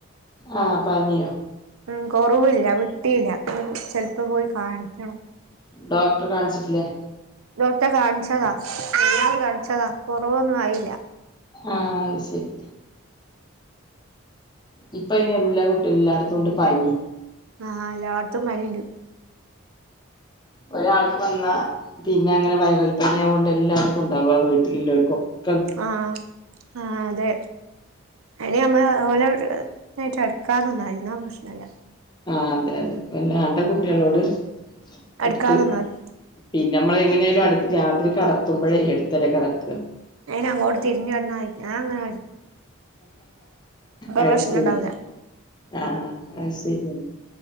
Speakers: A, on the left; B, on the right.
A: ആഹ് പനിയോ
B: ഉം കൊറവില്ല വിട്ടീല്ല ചെലപ്പോ പോയി കാണിക്കണം
A: ഡോക്ടറെ കാണിച്ചിട്ടില്ലേ
B: ഡോക്ടെ കാണിച്ചതാ മിനിയാന്ന് കാണിച്ചതാ കൊറവൊന്നും ആയില്ല
A: ആഹ് അത് ശെരി ഇപ്പ ഇനി എല്ലാ കുട്ടി എല്ലാതകൊണ്ടും പനി
B: ആഹ് എല്ലാട്ത്തും പനിണ്ട്.
A: ഒരാൾക്ക് വന്ന പിന്നെ അങ്ങനെ വൈറൽ പനി അങ്ങോട്ട് എല്ലാവർക്കും ഉണ്ടാവു ആ വീട്ടിലുല്ലോൽകൊക്കെ-
B: ആഹ് ആഹ് അതെ അയിന് നമ്മെ ഓലെ <unintelligible> പ്രശ്നല്ല
A: ആഹ് അതെ അതെ വല്ലാണ്ട കുട്ട്യേളോട്
B: അടുക്കാതിന്നാതി
A: അട്ത്ത് പിന്നമ്മള് എങ്ങനെയാലും അടുത്ത് രാത്രി കടക്കുമ്പഴേ എട്ത്തല്ലെ കടക്ക
B: അയിനങ്ങോട്ട് തിരിഞ്ഞന്നായി ഞാങ്ങന
A: അയ്
B: പ്രശ്നം
A: ശെരി
B: ഉണ്ടാവില്ല
A: ആഹ് അത് ശെരിന്നെ